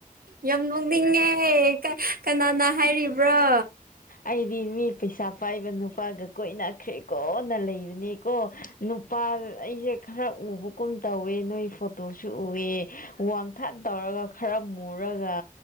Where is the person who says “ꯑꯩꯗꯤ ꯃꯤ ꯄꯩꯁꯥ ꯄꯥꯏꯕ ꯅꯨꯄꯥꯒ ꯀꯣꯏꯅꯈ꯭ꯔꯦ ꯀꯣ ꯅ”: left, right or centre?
Left